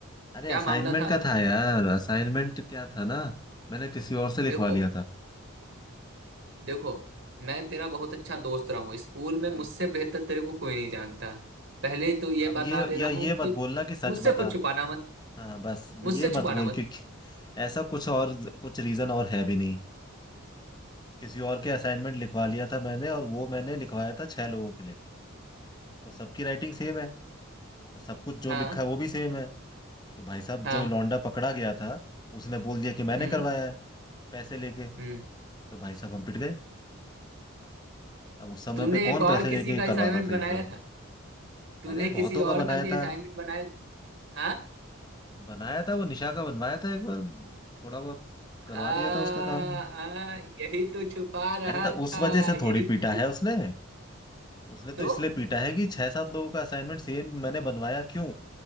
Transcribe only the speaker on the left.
अरे
असाइनमेंट
का था यार असाइनमेंट क्या था ना मैंने किसी और से लिखवा
लिया था
हम्म।
अब
ये
या ये
मत
बोलना कि सच
बता
हाँ बस
ये
मत बोल
के ऐसा कुछ और कुछ रीजन और है भी नहीं किसी और के असाइनमेंट लिखवा लिया था मैंने और वो मैंने लिखवाया था छह लोगों के लिए तो सबकी राइटिंग सेम है और सब कुछ जो
लिखा है वो भी सेम है तो भाई साहब
जो लौंडा पकड़ा गया था उसने बोल दिया कि मैंने
करवाया है पैसे लेके
तो भाई साहब हम पिट गए अब उस समय
पे कौन
पैसे लेके
ये
करवाता था
ये सब
अरे बहुतों
का
बनाया
था
बनाया था वो निशा का बनवाया था एक बार थोड़ा बहुत करवा
दिया था उसका काम
अरे तो
उस वजह से
थोड़ी
पीटा
है उसने उसने तो
इसलिए पीटा है कि छह सात लोगों का असाइनमेंट सेम मैंने बनवाया क्यों